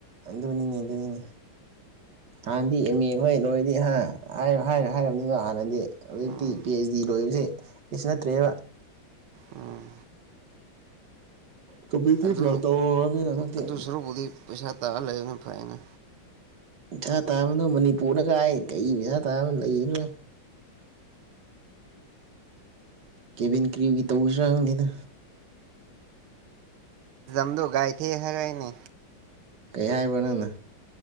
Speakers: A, on the right (about 60°); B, on the right (about 85°).
A: ꯑꯗꯨꯅꯤꯅꯦ ꯑꯗꯨꯅꯤꯅꯦ ꯍꯥꯟꯅꯗꯤ ꯑꯦꯝ ꯑꯦ ꯈꯣꯏ ꯂꯣꯏꯗꯤ ꯍꯥꯏꯔ ꯍꯥꯏꯔꯕꯅꯤꯗꯣ ꯍꯥꯟꯅꯗꯤ ꯍꯧꯖꯤꯛꯇꯤ
B: ꯎꯝ
A: ꯄꯤ ꯑꯩꯆ ꯗꯤ ꯂꯣꯏꯕꯁꯦ ꯑꯁꯤ ꯅꯠꯇ꯭ꯔꯕ
B: ꯎꯝ
A: ꯀꯝꯄꯂꯤꯇꯤ
B: ꯑꯗꯨ
A: ꯐꯦꯜ ꯇꯧꯔꯕꯅꯤꯅ ꯍꯟꯪꯛꯇꯤ
B: ꯑꯗꯨ ꯁꯔꯨꯛꯄꯨꯗꯤ ꯄꯩꯁꯥ ꯇꯥꯔ ꯂꯩꯕꯅ ꯐꯩꯅ
A: ꯄꯩꯁꯥ ꯇꯥꯕꯅꯣ ꯃꯅꯤꯄꯨꯔꯗꯒꯥꯏ ꯀꯩ ꯄꯩꯁꯥ ꯇꯥꯕ ꯂꯩꯅꯣꯏ ꯀꯦꯚꯟ ꯀ꯭ꯔꯤꯌꯨꯒꯤ ꯇꯧꯕꯁꯨꯅꯤꯅ
B: ꯝꯗꯣ ꯥꯏ ꯊ ꯍꯔꯏꯅꯦ
A: ꯀꯩ ꯍꯥꯏꯕ ꯅꯪꯅ